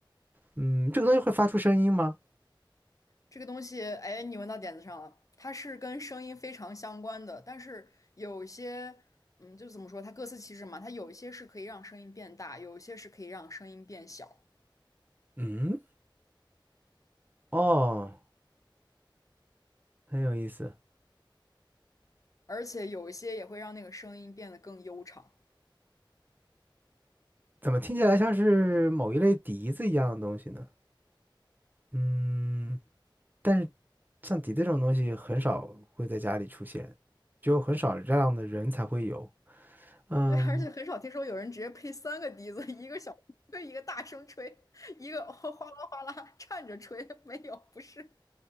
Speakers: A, on the right; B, on the left.
A: 嗯，这个东西会发出声音吗？
B: 这个东西，哎，你问到点子上了，它是跟声音非常相关的，但是有一些，嗯，就怎么说，它各司其职嘛，它有一些是可以让声音变大，有一些是可以让声音变小，
A: 嗯，哦，很有意思。
B: 而且有一些也会让那个声音变得更悠长。
A: 怎么听起来像是某一类笛子一样的东西呢？嗯，但是像笛子这种东西很少会在家里出现，只有很少这样的人才会有。嗯，
B: 对，而且很少听说有人直接配三个笛子，一个小吹，一个大声吹，一个哗啦哗啦 <laughs> 颤着吹，没有，不是。